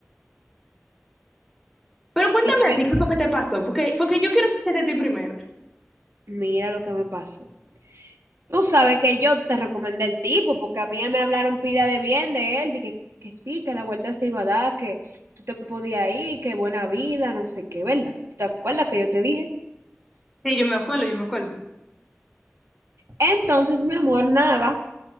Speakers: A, in the centre; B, on the right.
A: Pero cuéntame
B: ¿Y qué?
A: a ti qué fue que te pasó, porque, porque yo quiero escucharte a ti primero.
B: Mira lo que me pasó. Tú sabes que yo te recomendé el tipo, porque a mí me hablaron pila de bien de él, de que, que sí, que la vuelta se iba a dar, que tú te podías ir, que buena vida, no sé qué, ¿verdad? ¿Te acuerdas que yo te dije?
A: Sí, yo me acuerdo, yo me acuerdo.
B: Entonces, mi amor, nada,